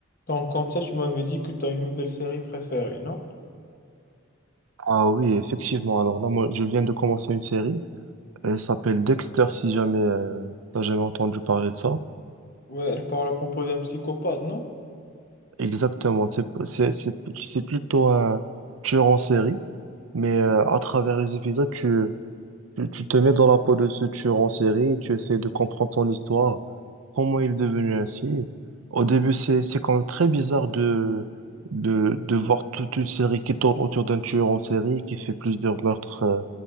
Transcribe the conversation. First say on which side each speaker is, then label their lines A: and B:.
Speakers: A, on the left; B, on the right.
A: Donc comme ça, tu m'avais dit que tu as une nouvelle série préférée, non?
B: Ah oui, effectivement. Alors là, moi, je viens de commencer une série. Elle s'appelle Dexter, si jamais euh, t'as jamais entendu parler de ça.
A: Ouais, elle parle à propos d'un psychopathe, non?
B: Exactement. C'est c'est c'est c'est plutôt un tueur en série, mais euh, à travers les épisodes, tu Tu, tu te mets dans la peau de ce tueur en série, tu essaies de comprendre son histoire, comment il est devenu ainsi. Au début, c'est, c'est quand même très bizarre de, de, de voir toute une série qui tourne autour d'un tueur en série qui fait plusieurs meurtres, euh,